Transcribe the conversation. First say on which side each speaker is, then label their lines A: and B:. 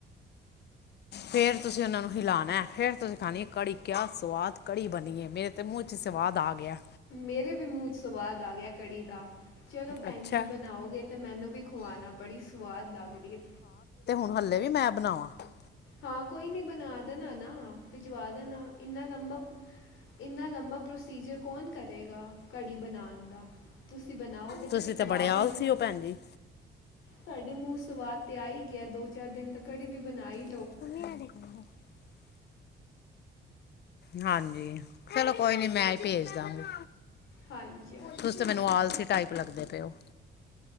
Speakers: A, on the left; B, on the left.
A: ਫੇਰ ਤੁਸੀਂ ਉਹਨਾਂ ਨੂੰ ਹਿਲਾਉਣਾ ਫੇਰ ਤੁਸੀਂ ਖਾਣੀ ਹੈ ਕੜੀ ਕਿਆ ਸਵਾਦ ਕੜੀ ਬਣੀਏ ਮੇਰੇ ਤੇ ਮੂੰਹ ਚ ਸਵਾਦ ਆ ਗਿਆ।
B: ਮੇਰੇ ਵੀ ਮੂੰਹ ਚ ਸਵਾਦ ਆ ਗਿਆ ਕੜੀ ਦਾ ਚਲੋ ਭੈਣ
A: ਅੱਛਾ
B: ਜੀ ਬਣਾਓਗੇ ਤੇ ਮੈਨੂੰ ਵੀ ਖਵਾਣਾ ਬੜੀ ਸਵਾਦ ਲੱਗ ਰਹੀ ਹੈ।
A: ਹਾਲੇ ਵੀ ਮੈਂ ਬਣਾਵਾਂ ਕਢੀ ਤੇ ਚਾਵਲ।
B: ਹਾਂ, ਕੋਈ ਨੀ ਬਣਾ ਦੇਣਾ ਨਾ ਭਿਜਵਾ ਦੇਣਾ, ਇੰਨਾ ਲੰਬਾ ਇਨਾ ਲੰਬਾ ਪ੍ਰੋਸੀਜਰ ਕੌਣ ਕਰੇਗਾ ਘੜੀ ਬਣਾਉਣ ਦਾ ਤੁਸੀਂ ਬਣਾਓਗੇ ਤੇ
A: ਤੁਸੀਂ
B: ਭਜਵਾ
A: ਬੜੇ
B: ਦੇਣਾ
A: ਆਲਸੀ ਹੋ ਭੈਣ ਜੀ
B: ਤੁਹਾਡੇ ਮੂੰਹ ਸਵਾਦ ਤੇ ਆਈ ਦੋ ਚਾਰ ਦਿਨ ਤਾਂ ਕੜੀ ਵੀ ਬਣਾਈ
A: <inaudible> ਹਾਂਜੀ ਚਲੋ ਕੋਈ ਨੀ ਮੈਂ ਭੇਜ ਦਾਂਗੀ‌।
B: ਹਾਂਜੀ ਹਾਂਜੀ
A: ਤੁਸੀ ਤੇ ਮੈਨੂੰ ਆਲਸੀ ਟਾਈਪ ਲੱਗਦੇ ਪਏ ਹੋ